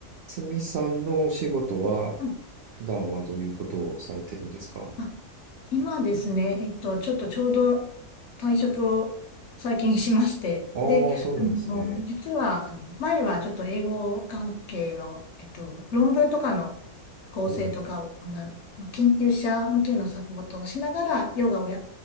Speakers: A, on the right; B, on the left.
A: つみさんのお仕事は、
B: うん
A: 普段はどういうことをされてるんですか
B: あ、今ですね、えっと、ちょっとちょうど退職を最近しまして、
A: ああ、
B: で、
A: そうなんですね。
B: あの、実は、あの前はちょっと英語関係の、えっと、論文とかの構成とかを行う、
A: お、
B: まあ、研究者向けのサポートをしながらヨガをや、